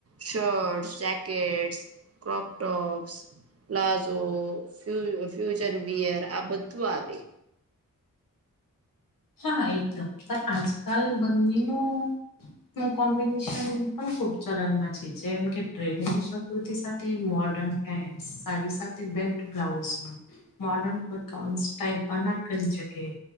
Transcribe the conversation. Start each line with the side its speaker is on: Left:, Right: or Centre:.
Right: shirt, jackets crop tops, palazzo, ફ ફ્યુજન બિયર આ બધું આવે.
Left: હાહા એકદમ પણ આજકાલ બંદીનું કોમ્બિનેશન પણ ખુબ ચલન માં છે જેમ કે ટ્રેડનેશન કુર્તી સાથે મોર્ડન પેન્ટ સાડી સાથે બેલ્ટ બ્લાઉઝમાં મોર્ડન પણ કાઉન સાઈલના કરી શકે.